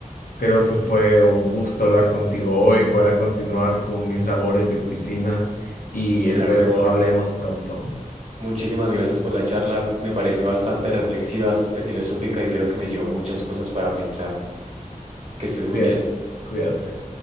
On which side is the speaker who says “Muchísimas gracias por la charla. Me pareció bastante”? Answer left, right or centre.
Right